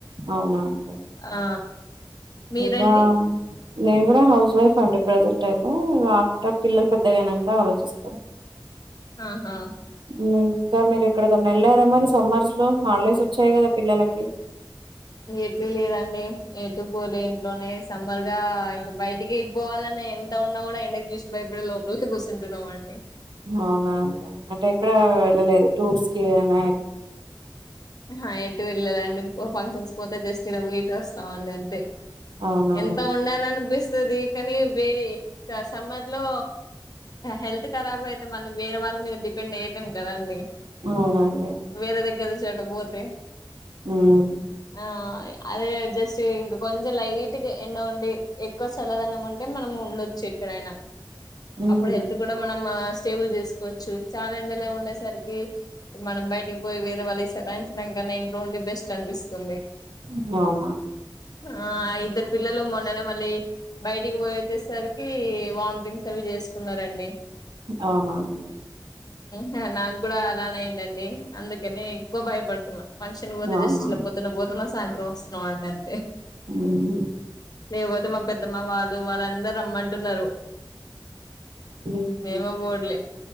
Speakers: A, on the right; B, on the left.
A: అవునా అండి.
B: ఆ మీరండి
A: ఇంకా నేను కూడా హౌస్ వైఫ్ అండి ప్రజెంట్ అయితే ఆఫ్టర్ పిల్లలు పెద్దగైనాక ఆలోచిస్తా
B: ఆహా
A: ఉమ్ ఇంకా మీరు ఎక్కడకన్నా ఎళ్లారా మరి సమ్మర్స్ లో హాలిడేస్ వచ్చాయి కదా పిల్లలకి
B: ఎట్లు లేదండి ఎటు పోలే ఇంట్లోనే సమ్మర్ గా ఇంక బయటికి పోవాలని ఎంత ఉన్నా కూడా ఎండకి చూసి భయపడి లోపలే గూసుంటున్నాం అండి
A: అవునా అంటే ఎక్కడ వెళ్ళలేదు టూర్స్ కి ఏదైనా
B: అహా ఏటు వెళ్ళలండి ఓ ఫంక్షన్స్ కు పోతే జస్ట్ ఈడ బోయి ఇట్ వస్తాం అండి అంతే
A: అవునా
B: ఎంత ఉండాలనిపిస్తది కానీ వేది ఆ సమ్మర్ లో హెల్త్ కరాబ్ అయితే మనం వేరే వాళ్ళ మీద డిపెండ్ ఎయ్యలేం కదండి
A: ఔనండి
B: వేరే దగ్గర చట పోతే
A: ఉమ్
B: ఆయ అదే జస్ట్ ఇంక కొంచెం లైట్ గ ఎండ ఉండి ఎక్కువ చల్లదనం ఉంటే మనం ఉండొచ్చు ఎక్కడైనా
A: ఉమ్
B: అప్పుడు హెల్త్ కూడా మనం సేబుల్ చేసుకోవచ్చు చాలా ఎండలే ఉండేసరికి మనం బై టికి పోయి వేరే వాళ్ళకి సతాయించడం కన్నా ఇంట్లో ఉండి బెస్ట్ అనిపిస్తుంది
A: హ్ అవునా
B: ఆ ఇద్దరు పిల్లలు మొన్ననే మళ్ళీ బయటికి పోయి, వచ్చేసరికి వామిటింగ్స్ అవి చేసుకున్నారండి.
A: అవునా అండి
B: హు నాక్ కూడా అలానేయిందండి అందుకనే ఎక్కువ భయపడుతున్నా ఫంక్షన్ పోద్
A: అవునా
B: జస్ట్ పోద్దున్న పోతున్నా సాయంత్రం వస్తున్నామండి అంతే
A: అవును
B: ఇగ పోతే మా పెద్దమ్మ వాళ్ళు వాళ్ళందరు రమ్మంటున్నారు.
A: ఉమ్,
B: మీమే బోవట్లే